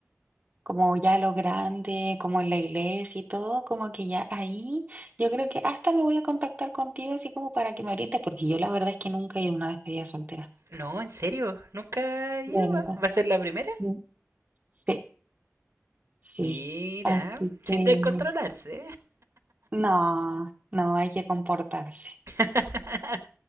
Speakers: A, on the right; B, on the right.
A: como ya lo grande, como en la iglesia y todo, como que ya ahí yo creo que hasta me voy a contactar contigo así como para que me orientes, porque yo la verdad es que nunca he ido a una despedida soltera.
B: No, en serio, nunca lleva.
A: De verdad.
B: ¿Va a ser la primera?
A: Mm. Sí, sí.
B: Mira,
A: Así que
B: sin descontrolarse.
A: no, no hay que comportarse.
B: <laughs>